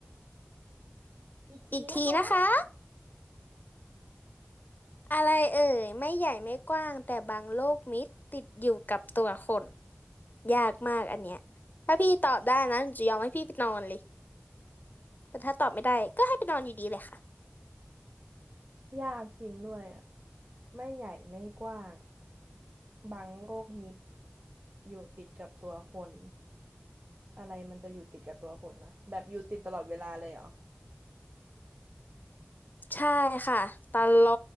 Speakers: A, on the right; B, on the left.
A: อีกทีนะคะ
B: อีกทีนะคะอะไรเอ่ยไม่ใหญ่ไม่กว้างแต่บางโลกมิตรติดอยู่กับตัวคนยากมากอันเนี้ยถ้าพี่ตอบได้นะหนูจะยอมให้พี่ไปนอนเลย แต่ถ้าตอบไม่ได้ก็ให้ไปนอนอยู่ดีเลยค่ะ
A: ยากจริงด้วยอ่ะไม่ใหญ่ไม่กว้าง บางโลกมิดอยู่ติดกับตัวคนอะไรมันจะอยู่ติดกับตัวคนนะแบบอยู่ติดตลอดเวลาเลยเหรอ
B: ใช่ค่ะตลอ